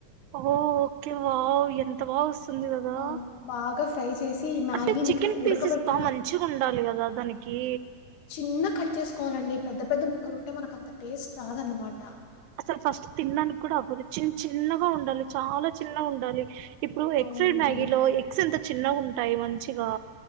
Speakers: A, on the right; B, on the left.
A: ఓ ఓకే వావ్ ఎంత బా వస్తుంది ఉంది గదా
B: ఆ బాగా ఫ్రై చేసి ఈ మ్యాగీని
A: అసలు చికెన్ పీసెస్
B: ఉడకబెట్టిన
A: బాగా మంచిగా ఉండాలి కదా దానికి
B: చిన్నగ కట్ చేసుకోవాలండి పెద్ద పెద్ద ముక్కలు ఉంటే మనకు అంత టేస్ట్ రాదన్నమాట
A: అసలు ఫస్ట్ తిన్డానికి కూడా అవ్వదు చిన్న చిన్నగా ఉండాలి చాలా చిన్నగా ఉండాలి ఇప్పుడు ఎగ్
B: అవునండి
A: ఫ్రైడ్ మ్యాగీ లో ఎగ్స్ ఎంత చిన్నగుంటయ్ మంచిగా